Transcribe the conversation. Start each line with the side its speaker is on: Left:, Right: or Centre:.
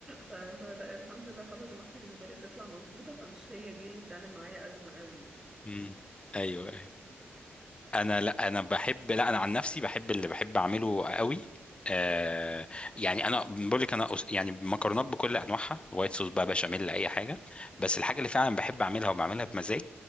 Right: ف- فلا الحمد لله خلطة المحشي بالنسبة لي بتطلع مظبوطة فمش هي دي اللي بتعمل معايا أزمة قوي يعني.
Left: مم. ايوه أيوة. انا لا انا بحب لا انا عن نفسي بحب اللي بحب اعمله قوي آه
Right: اه
Left: يعني انا بقول لك انا أس- يعني مكرونات بكل انواعها وايت صوص بقى بشاميل اي حاجه بس
Right: آه.
Left: الحاجه اللي فعلا بحب اعملها وبعملها بمزاج